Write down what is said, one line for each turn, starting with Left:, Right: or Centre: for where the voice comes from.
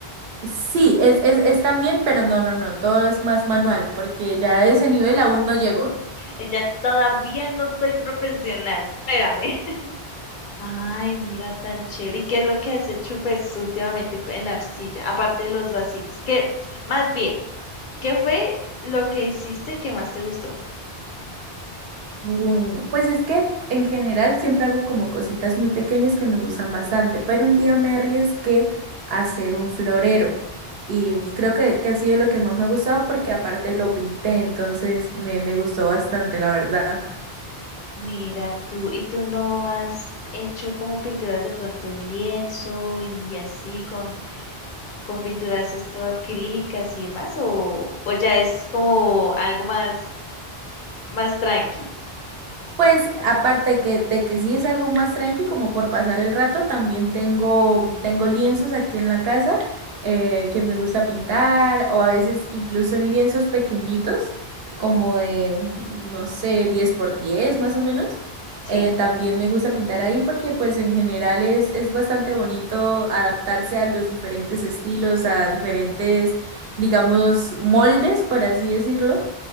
Right: Sí, es, es, es también, pero no, no, no, todo es más manual, porque ya a ese nivel aún no llego.
Left: Ella todavía no soy profesional, espérame. <laughs> Ay, mira, tan chévere. ¿Y qué es lo que has hecho, pues, últimamente co- en arcilla? Aparte de los vasitos, que, más bien, ¿qué fue lo que hiciste que más te gustó?
Right: Bueno, pues es que en general siempre hago como cositas muy pequeñas que me gustan bastante, pero un día me arriesgué a hacer un florero y
Left: Oh,
Right: creo que, que ha sido lo que más me ha gustado porque aparte lo pinté, entonces me, me gustó bastante, la verdad.
Left: mira tú, ¿y tú no has hecho como pinturas de pronto en lienzo y así con, con pinturas esto acrílicas y demás? ¿O, o ya es como algo más, más tranqui?
Right: Pues aparte que, de que sí es algo más tranqui, como por pasar el rato, también tengo, tengo lienzos aquí en la casa eh, que me gusta pintar o a veces incluso en lienzos pequeñitos, como
Left: Ujú,
Right: de, no sé, 10 por 10 más o menos.
Left: Sí,
Right: Eh, también me gusta pintar ahí porque pues en general es, es bastante bonito adaptarse a los diferentes estilos, a diferentes, digamos, moldes, por así decirlo